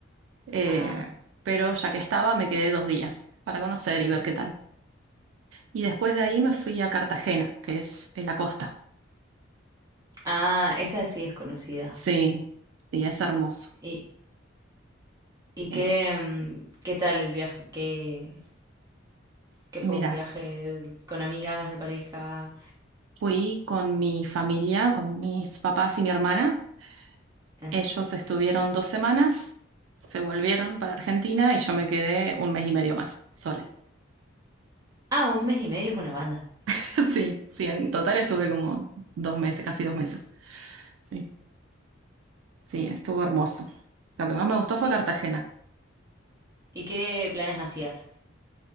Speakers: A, on the right; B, on the right.
A: eh,
B: Ah,
A: pero ya que estaba me quedé dos días para conocer y ver qué tal. Y después de ahí me fui a Cartagena, que es en la costa.
B: ah, esa sí es conocida.
A: Sí, sí, es hermoso.
B: ¿Y, y
A: Eh,
B: qué, mm, qué tal el viaje? ¿Qué, qué
A: y
B: fue
A: mira,
B: un viaje con amigas de pareja?
A: fui con mi familia, con mis papás y mi hermana.
B: Ah,
A: Ellos
B: familia.
A: estuvieron dos semanas, se volvieron para Argentina y yo me quedé un mes y medio más sola.
B: Ah, un mes y medio es una banda.
A: <laughs> Sí, sí, en total estuve como dos meses, casi dos meses. Sí, sí, estuvo hermoso. Lo que más me gustó fue
B: ¿Y,
A: Cartagena.
B: y qué planes hacías?